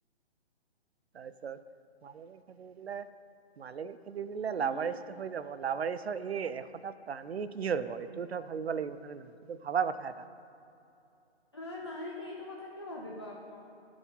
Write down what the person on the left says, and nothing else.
মই
হয় মালিকে এইটো কথা কিয় ভাবিব আকৌ